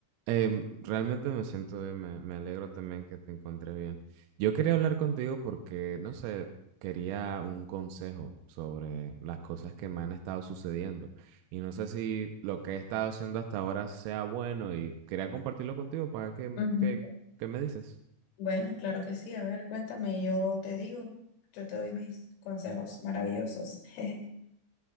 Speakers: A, on the right (about 80°); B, on the left (about 85°).
A: Em, realmente me siento bien, me, me alegro también que te encuentres bien. Yo quería hablar contigo porque, no sé, quería un consejo sobre las cosas que me han estado sucediendo y no sé si lo que he estado haciendo hasta ahora sea bueno y quería compartirlo contigo para que,
B: Ujú.
A: que- ¿qué me dices?
B: Bueno, claro que sí. A ver, cuéntame, yo te digo, yo te doy mis consejos maravillosos. <laughs>